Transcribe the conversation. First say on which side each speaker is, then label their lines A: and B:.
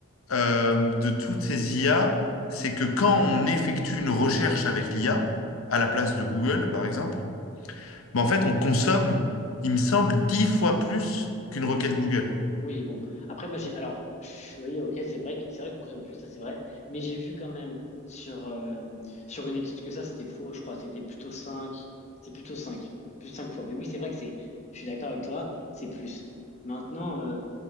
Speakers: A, on the left (about 80°); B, on the left (about 35°).
A: euh, de toutes ces IA, c'est que quand on effectue une recherche avec l'IA, à la place de Google, par exemple, ben en fait, on consomme, il me semble, dix fois plus qu'une requête Google.
B: Oui, bon. Après, moi, j'ai. Alors, pff, oui, ok, c'est vrai que c'est vrai qu'on consomme plus, ça, c'est vrai. Mais j'ai vu quand même sur, euh, sur une étude que ça, c'était faux, je crois. C'était plutôt cinq C'était plutôt 5 Plus de 5 fois. Mais oui, c'est vrai que c'est. Je suis d'accord avec toi, c'est plus. Maintenant, euh,